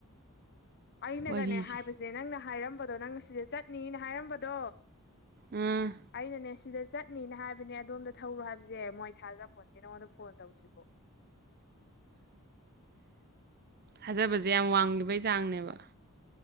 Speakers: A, on the left; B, on the right.
A: ꯑꯩꯅꯒꯅꯦ
B: ꯋꯥꯔꯤꯁꯦ
A: ꯍꯥꯏꯕꯁꯦ ꯅꯪꯅ ꯍꯥꯏꯔꯝꯕꯗꯣ ꯅꯪ ꯁꯤꯗ ꯆꯠꯅꯤꯅ ꯍꯥꯏꯔꯝꯕꯗꯣ
B: ꯎꯝ
A: ꯑꯩꯅꯅꯦ ꯁꯤꯗ ꯆꯠꯅꯤꯅ ꯍꯥꯏꯕꯅꯦ ꯑꯗꯣꯝꯗ ꯊꯧꯔꯣ ꯍꯥꯏꯕꯁꯦ ꯃꯣꯏ ꯊꯥꯖꯄꯣꯟꯗꯦ ꯅꯉꯣꯟꯗ ꯐꯣꯟ ꯇꯧꯗ꯭ꯔꯤꯕꯣ
B: ꯊꯥꯖꯕꯁꯦ ꯌꯥꯝ ꯋꯥꯡꯂꯤꯕꯩ ꯆꯥꯡꯅꯦꯕ